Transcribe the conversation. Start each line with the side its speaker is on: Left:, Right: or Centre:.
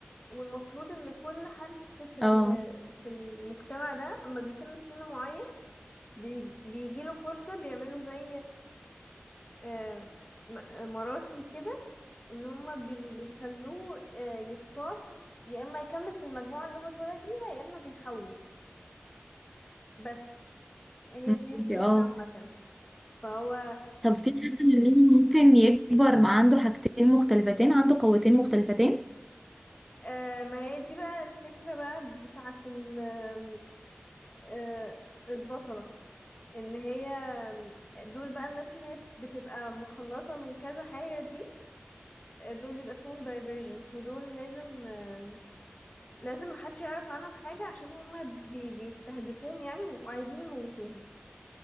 Left: والمفروض إن كل حد في ال-
Centre: اه
Left: في المجتمع ده أما بيتم سن معين بي- بيجيله فرصة بيعملوا زي آه، م- مراسم كده إن هما بي- بيخلوه آه، يختار يا إما يكمل في المجموعة اللي هو اتولد بيها يا إما بيحول بس هي
Centre: ممكن-
Left: دي الفكرة
Centre: اه
Left: عامة فهو
Centre: طب في حد منهم ممكن يكبر مع عنده حاجتين مختلفتين عنده قوتين مختلفتين
Left: آه ما هي دي بقى الفكرة بقى بتاعة ال- آه البطلة ان هي دول بقى الناس اللي هي بتبقى مخلطة من كذا حاجة دي آه، دول بيبقى اسمهم دايفرجنت ودول لازم آه لازم محدش يعرف عنهم حاجة عشان هما بي بيستهدفوهم يعني وعايزين يموتوهم